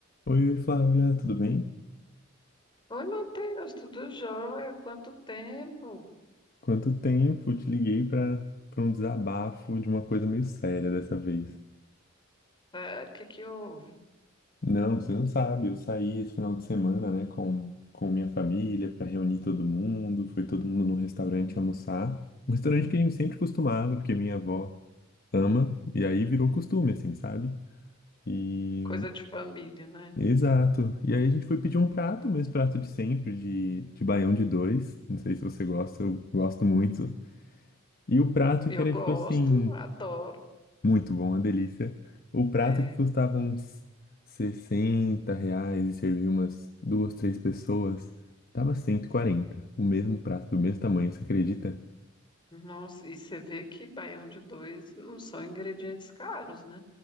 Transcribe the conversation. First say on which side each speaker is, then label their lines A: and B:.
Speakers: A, on the left; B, on the left.
A: Oi, Flávia, tudo bem?
B: Oi, Matheus, tudo jóia? Quanto tempo?
A: Quanto tempo? Te liguei para para um desabafo de uma coisa meio séria dessa vez.
B: Sério, o que que houve?
A: Não, você não sabe, eu saí esse final de semana, né, com, com minha família para reunir todo mundo, foi todo mundo num restaurante almoçar. Um restaurante que a gente sempre costumava, porque minha avó ama, e aí virou costume, assim, sabe? E
B: Coisa de família, né?
A: exato. E aí a gente foi pedir um prato, o mesmo prato de sempre, de, de baião de dois. Não sei se você gosta, eu gosto muito. E o prato
B: Eu
A: que era
B: gosto,
A: tipo assim.
B: adoro.
A: Muito bom, uma delícia. O prato
B: É,
A: que custava uns 60 reais e servia umas duas, três pessoas, tava cento e quarenta O mesmo prato, do mesmo tamanho, você acredita?
B: nossa, e você vê que baião de dois não são ingredientes caros, né?